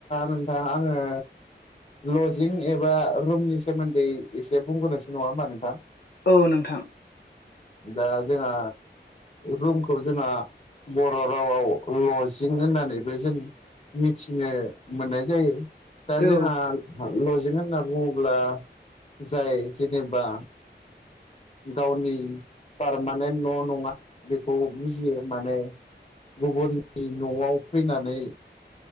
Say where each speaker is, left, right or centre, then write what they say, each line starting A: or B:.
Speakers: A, on the left; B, on the left.
A: नोंथां आङो लजिं एबा रुमनि सोमोन्दै एसे बुंग्रोनोसो नङा होमबा नोंथां?
B: औ नोंथां
A: दा जोंना रुमखौ जोंआ बर' रावआव लजिं होननानैबो जों मिथिनो मोननाय जायो दा जोंहा।
B: औ
A: लजिं होनना बुङोब्ला जाय जेनेबा गावनि पारमानेन्ट न' नङा बेखौ बुजियो माने गुबुननि न'आव फैनानै